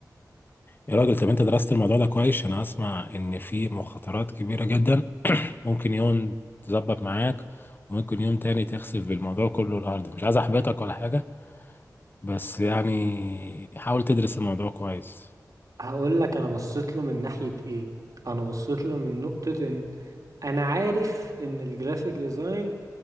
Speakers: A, on the left; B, on the right.
A: يا راجل طب انت درست الموضوع ده كويس انا اسمع ان في مخاطرات كبيره جدا ممكن يوم تظبط معاك وممكن يوم تاني تخسف بالموضوع كله الارض مش عايز احبطك ولا حاجه بس يعني حاول تدرس الموضوع كويس
B: هقول لك انا بصيت له من ناحية ايه انا بصيت له من نقطة ان انا عارف ان الجرافيك ديزاين